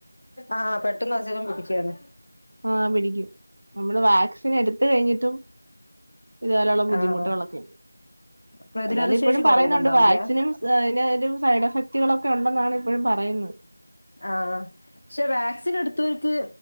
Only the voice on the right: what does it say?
ആഹ് പിടിക്കും നമ്മള് വാക്സിൻ എടുത്ത് കഴിഞ്ഞിട്ടും ഇതുപോലെയുള്ള ബുദ്ധിമുട്ടുകളൊക്കെ
എന്നാലും ഇപ്പഴും
പറയുന്നുണ്ട് വാക്സിനും അയ്നും അയ്ന്റെ സൈഡ് എഫക്റ്റുകളൊക്കെ ഉണ്ടെന്നാണ് ഇപ്പഴും പറയുന്നത്